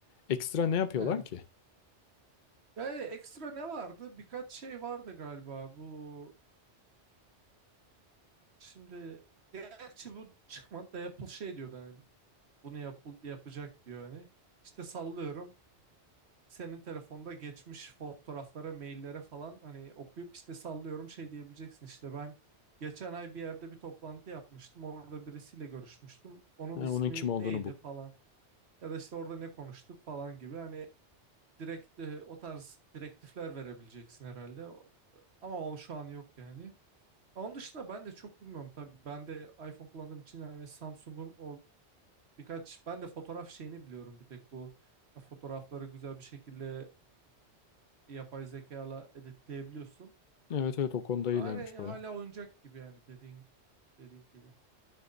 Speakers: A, on the left; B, on the right.
A: Ekstra ne yapıyorlar
B: Yani,
A: ki?
B: yani ekstra ne vardı? Birkaç şey vardı galiba bu şimdi Gerçi bu çıkmadı da Apple şey diyordu hani bunu yapıl- yapacak diyor hani. İşte sallıyorum senin telefonda geçmiş fotoğraflara, maillere falan hani okuyup işte sallıyorum şey diyebileceksin işte ben geçen ay bir yerde bir toplantı yapmıştım. Orada birisiyle görüşmüştüm. Onun
A: Ha,
B: ismi
A: onun kim olduğunu
B: neydi
A: bul.
B: falan ya da işte orada ne konuştuk falan gibi hani direkt e, o tarz direktifler verebileceksin herhalde. O- e, Ama o şu an yok yani. Onun dışında ben de çok bilmiyorum tabii. Ben de iPhone kullandığım için yani Samsung'un o Birkaç ben de fotoğraf şeyini biliyorum bir tek bu e, fotoğrafları güzel bir şekilde e, yapay zekayla editleyebiliyorsun.
A: Evet evet o konuda
B: Ama
A: iyilermiş
B: hani hala
A: baya.
B: oyuncak gibi yani dediğin dediğim gibi.